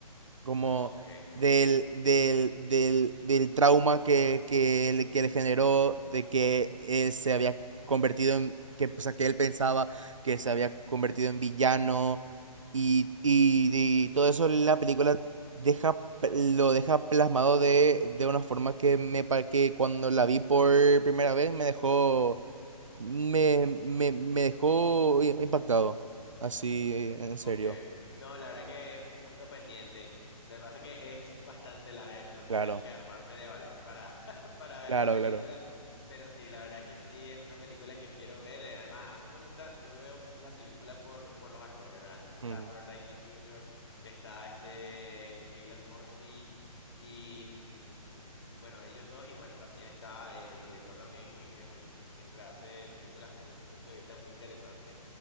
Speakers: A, on the right; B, on the left.
A: como
B: Ok, ok,
A: del, del, del, del trauma que, que, le, que le generó, de que él se había convertido en, que, o sea, que él pensaba que se había convertido en villano y, y, y todo eso la película deja, lo deja plasmado de, de una forma que, me, pa- que cuando la vi por primera vez me dejó, me, me, me dejó impactado, así, en
B: ok.
A: serio,
B: No, la verdad que es un punto pendiente. Lo que pasa es que es bastante larga, entonces
A: claro,
B: tengo que armarme de valor para, <laughs> para ver
A: claro,
B: la película.
A: claro.
B: Pero sí, la verdad que sí es una película que quiero ver. eh, Además, a mí me gusta, yo veo la película por, por los actores, ¿verdad? Entonces está
A: Ujú,
B: Robert Downey Jr., está este Keylan Murphy y, mm, y bueno, ellos dos. Y bueno, también está eh, el director también es buenísimo, siempre hace películas con un punto de vista muy interesante.